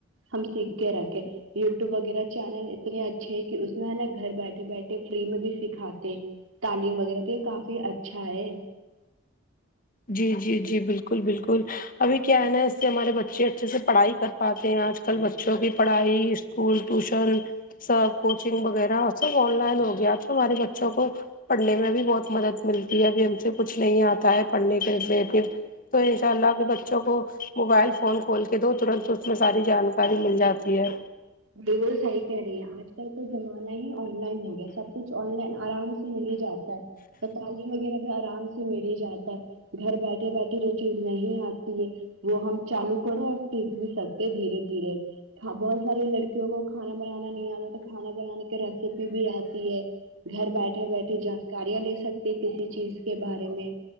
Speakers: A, on the right; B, on the left.
A: ہم سیکھ کے رکھے یوٹیوب وغیرہ چینل اتنے اچھے ہے کہ اس میں نا گھر بیٹھے بیٹھے فری میں بھی سکھاتے تعلیم وغیرہ تو کافی اچھا ہے
B: جی جی جی بالکل بالکل ابھی کیا ہے نا اس سے ہمارے بچے اچھے سے پڑھائی کر پاتے ہیں آج کل بچوں کی پڑھائی اسکول ٹیوشن سب کوچنگ وغیرہ سب آن لائن ہو گیا تو ہمارے بچوں کو پڑھنے میں بھی بہت مدد ملتی ہے ابھی ہم سے کچھ نہیں آتا ہے پڑھنے کے لی تو انشاء اللہ اپنے بچوں کو موبائل فون کھول کے دو ترنت اس میں ساری جانکاری کاری مل جاتی ہے
A: بالکل صحیح کہہ رہی ہیں آج تر تو زمانہ ہی آن لائن ہو گیا ہے سب کچھ آن لائن آرام سے مل ہی جاتا ہے تو تعلیم وغیرہ بھی آرام سے مل ہی جاتا ہے گھر بیٹھے بیٹھے جو چیز نہیں آتی ہے وہ ہم چالو کرو اور سیکھ بھی سکتے دھیرے دھیرے بہت سارے لڑ کے کسی کو کھانا بنانا نہیں آتا تو کھانا بنانے کی ریسیپی بھی آتی ہے گھر بیٹھ بیٹھے بیٹھے جانکاریاں لے سکتی کسی چیز کے بارے میں